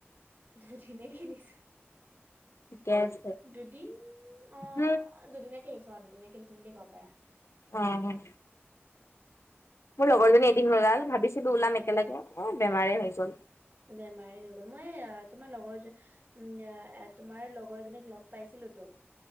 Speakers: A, on the right; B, on the left.
A: দুদিনয়ে খেলিছো।
B: ঠিকে আছে
A: দুদিন অ'
B: উম,
A: দুদিনে খেলিছো আৰু দুদিনে খেলিছো। বুলি ক'ব পাৰা।
B: অ'। মোৰ লগৰজনী এদিন ওলাল ভাবিছিলো ওলাম একেলগে এ বেমাৰে হৈ গ'ল।
A: বেমাৰ হৈ গ'ল মই তোমাৰ লগৰ উম তোমাৰ লগৰজনীক লগ পাইছিলো। টো।